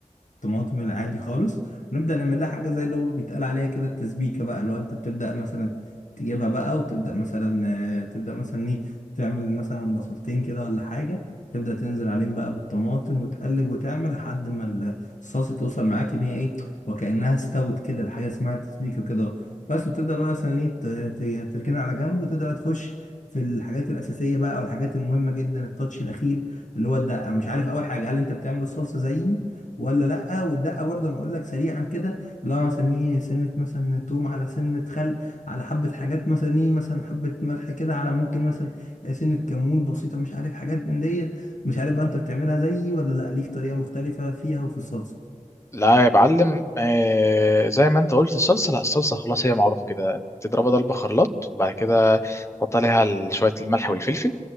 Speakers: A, on the left; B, on the left.
A: الطماطم العادي خالص نبدا نعمل لها حاجه زي اللي هو بيتقال عليها كده التسبيكه بقى لو انت بتبدا مثلا تجيبها بقى وتبدا مثلا آه، تبدا مثلا ايه تعمل مثلا بصلتين كده ولا حاجه تبدا تنزل عليهم بقى بالطماطم وتقلب وتعمل لحد ما الصلصه توصل معاك ان هي ايه وكانها استوت كده الحاجه اسمها تسبيكه كده بس بتبدا بقى مثلا ايه ت- ت- تركنها على جنب وتبدا تخش في الحاجات الأساسية بقى أو الحاجات المهمة جدا التاتش الأخير اللي هو الدقة مش عارف أول حاجة هل أنت بتعمل الصلصة زيي ولا لأ والدقة برضه أنا أقول لك سريعا كده اللي هو مثلا إيه سنة مثلا توم على سنة خل على حبة حاجات مثلا إيه مثلا حبة ملح كده على ممكن مثلا سنة كمون بسيطة مش عارف حاجات من دي مش عارف بقى أنت بتعملها زيي ولا لأ ليك طريقة مختلفة فيها وفي الصلصة
B: لا يا معلم آه زي ما انت قلت الصلصه لا الصلصه خلاص هي معروف كده تضربها ضربه خلاط وبعد كده تحط عليها ال- شويه الملح والفلفل